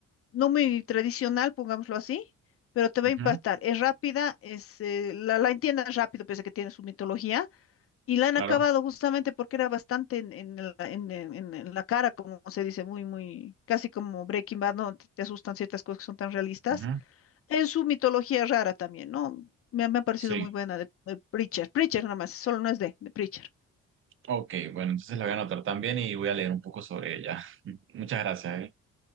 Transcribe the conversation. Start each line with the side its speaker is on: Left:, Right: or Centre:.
Left: no muy tradicional, pongámoslo así, pero te va
Right: Ujú,
Left: a impactar. Es rápida, es, eh, la, la entiendes rápido, pese a que tiene su mitología, y la han
Right: Claro.
Left: acabado justamente porque era bastante en, en la, en- en- en- en la cara, como se dice, muy, muy, casi como Breaking Bad, ¿no? Te, te asustan ciertas cosas que son tan realistas.
Right: Ujú,
Left: En su mitología rara también, ¿no? Me, ha me ha parecido
Right: Sí.
Left: muy buena de, de Preacher. Preacher nada más, solo no es de, de Preacher.
Right: Ok, bueno, entonces la voy a anotar también y voy a leer un poco sobre ella. <laughs> Muchas gracias, ¿eh?